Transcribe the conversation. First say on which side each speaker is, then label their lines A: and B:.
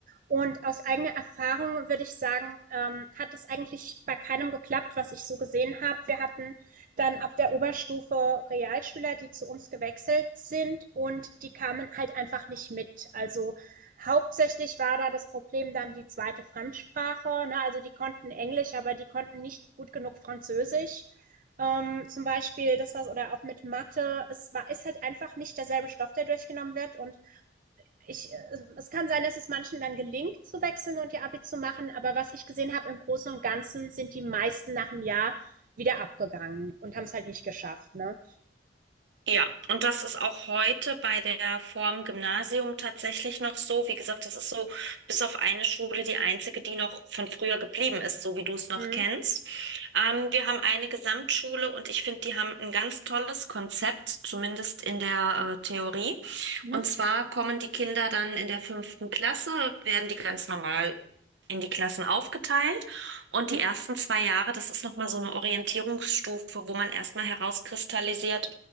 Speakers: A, on the right (about 50°); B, on the right (about 75°).
A: und aus eigener Erfahrung würde ich sagen, ähm, hat es eigentlich bei keinem geklappt, was ich so gesehen habe. Wir hatten dann ab der Oberstufe Realschüler, die zu uns gewechselt sind und die kamen halt einfach nicht mit. Also Hauptsächlich war da das Problem dann die zweite Fremdsprache. Ne? Also die konnten Englisch, aber die konnten nicht gut genug Französisch. Ähm, zum Beispiel, das war oder auch mit Mathe. Es war, ist halt einfach nicht derselbe Stoff, der durchgenommen wird. Und ich, äh, es kann sein, dass es manchen dann gelingt, zu wechseln und ihr Abi zu machen. Aber was ich gesehen habe, im Großen und Ganzen sind die meisten nach einem Jahr wieder abgegangen und haben es halt nicht geschafft. Ne?
B: Ja, und das ist auch heute bei der Form Gymnasium tatsächlich noch so. Wie gesagt, das ist so bis auf eine Schule die einzige, die noch von früher geblieben ist, so wie du es noch
A: Mhm.
B: kennst. Ähm, wir haben eine Gesamtschule und ich finde, die haben ein ganz tolles Konzept, zumindest in der äh, Theorie.
A: Mhm.
B: Und zwar kommen die Kinder dann in der fünften Klasse, werden die ganz normal in die Klassen aufgeteilt. Und
A: Mhm.
B: die ersten zwei Jahre, das ist nochmal so eine Orientierungsstufe, wo man erstmal herauskristallisiert,